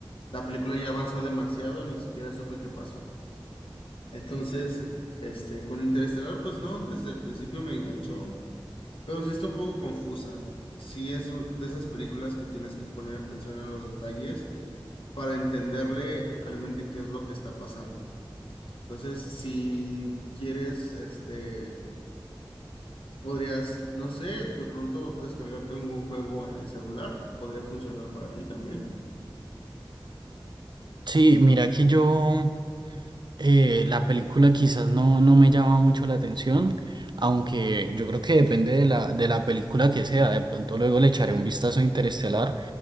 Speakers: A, on the left (about 85°); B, on the right (about 55°).
A: la película ya avanzó demasiado, ni siquiera supe qué pasó. Entonces, este, con Interestelar, pues no, desde el principio me enganchó, pero sí está un poco confusa. Sí es u- de esas películas que tienes que poner atención a los detalles para entenderle realmente qué es lo que está pasando. Entonces, si quieres, este, podrías, no sé, de pronto descargarte algún juego en el celular, podría funcionar para ti también.
B: Sí, mira que yo... eh, la película quizás no, no me llama mucho la atención, aunque yo creo que depende de la, de la película que sea, de pronto luego le echaré un vistazo a Interestelar,